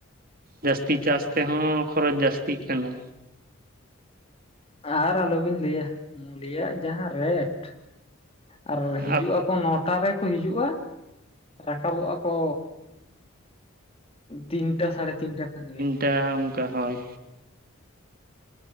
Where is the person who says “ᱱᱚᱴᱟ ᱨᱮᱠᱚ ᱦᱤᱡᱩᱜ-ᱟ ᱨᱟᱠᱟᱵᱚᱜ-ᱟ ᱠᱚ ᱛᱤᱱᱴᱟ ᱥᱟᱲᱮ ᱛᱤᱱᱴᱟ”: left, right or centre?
Left